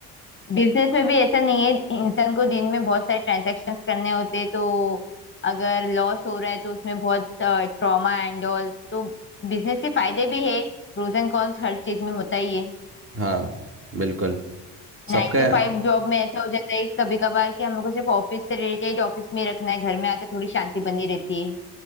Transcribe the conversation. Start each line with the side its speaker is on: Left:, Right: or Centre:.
Left: बिजनेस में भी ऐसा नहीं है इंसान को दिन में बहुत सारे ट्रांजैक्शंस करने होते हैं तो अगर लॉस हो रहा है तो उसमें बहुत ट्रॉमा एंड ऑल तो बिजनेस के फायदे भी है प्रोज एंड कॉन्स हर चीज में होता ही है
Right: हाँ बिल्कुल
Left: नाइन
Right: सबका
Left: टू फाइव जॉब में ऐसा हो जाता है कभी कभार कि हम लोग को सिर्फ ऑफिस से रिलेटेड ऑफिस में ही रखना है घर में आके थोड़ी शांति बनी रहती है